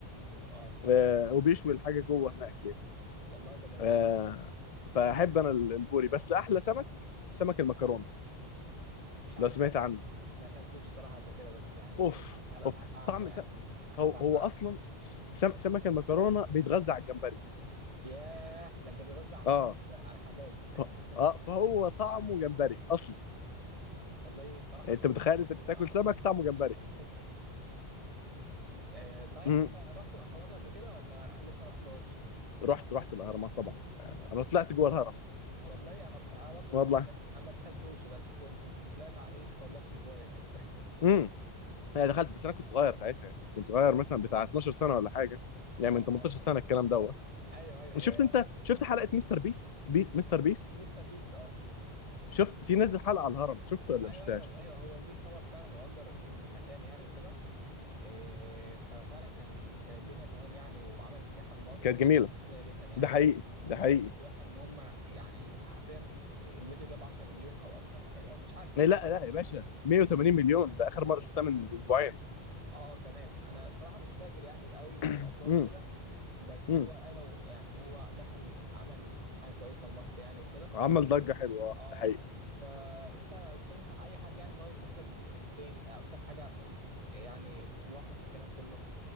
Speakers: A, on the right; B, on the left.
A: اه تمام
B: آه، وبيشوي الحاجه جوه هناك يعني
A: والله ده جميل
B: آه
A: جدا
B: فاحب انا ال- البوري بس احلى سمك سمك المكرونه
A: مش عارف
B: لو سمعت عنه
A: ما اكلتوش الصراحه قبل كده بس يعني
B: اوف
A: هبقى
B: اوف
A: ابحث عنه
B: طعم
A: يعني
B: سمك
A: هبحث
B: هو هو
A: عنه
B: اصلا سم سمك المكرونه بيتغذى على الجمبري
A: ياه ده انت بتغذى على
B: اه
A: الحبيب على الحبايب <laughs>
B: ف... اه فهو طعمه جمبري اصلا
A: والله صراحه
B: يعني
A: ما
B: انت متخيل
A: اعرفش
B: انت بتاكل
A: ما اعرفوش
B: سمك طعمه جمبري
A: <laughs> آه، صحيح
B: مم.
A: انت رحت الاهرامات قبل كده ولا لسه ما رحتاش
B: رحت رحت الاهرامات طبعا آه، انا طلعت جوه الهرم
A: والله انا انا برضو
B: والله
A: طل- انا ما دخلتوش بس كنت طلعت عليه اتسلقت شويه كده <laughs>
B: امم انا دخلت بس انا كنت صغير ساعتها يعني كنت صغير مثلا بتاع 12 سنه ولا حاجه يعني
A: اه
B: من 18
A: اه
B: سنه
A: طيب.
B: الكلام دوت
A: ايوه ايوه يا
B: شفت انت شفت حلقه مستر بيس بيس مستر بيس
A: مستر بيست اه
B: شفت في نزل حلقه على الهرم شفته ولا
A: ايوه
B: مش شفتهاش
A: ايوه ايوه هو جه صور فعلا واجر المكان يعني وكده إيه، ففعلا كان كان الدنيا تمام يعني وعمل سياحه لمصر
B: كانت جميله
A: جميله جدا يعني
B: ده حقيقي
A: وبيجيب
B: ده حقيقي
A: السياح ان هم يعني حرفيا الفيديو جاب 10 مليون او اكتر تقريبا مش عارف الصراحه
B: إيه، لا لا يا باشا 180 مليون ده اخر
A: مثلا
B: مره شفتها من اسبوعين <coughs>
A: اه اه تمام انا صراحه مش فاكر يعني قوي الاجواء
B: <clears throat> امم
A: وكده بس
B: امم
A: هو قالوا يعني اللي هو دخل عمل حاجه كويسه لمصر يعني وكده
B: عمل ضجه حلوه اه
A: اه
B: ده حقيقي
A: فانت تنصح اي حد يعني ان هو يسافر فين اكتر حاجه عشان يعني ملخص الكلام كله